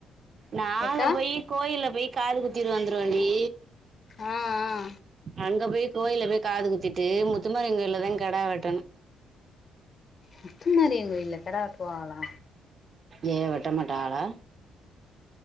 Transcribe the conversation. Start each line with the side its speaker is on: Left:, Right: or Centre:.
Right: நாங்க
Left: அக்கா
Right: போய் கோயில்ல போய் காது குத்திட்டு வந்துருவோண்டி
Left: ஆ ஆ
Right: அங்க போய் கோயில்ல போய் காது குத்திட்டு முத்துமாரி கோய்லங்கதா கடா வெட்டனு
Left: முத்து மாரியங் கோயில்ல கடா வெட்டுவாகலா
Right: ஏ வெட்ட மாட்டாகளா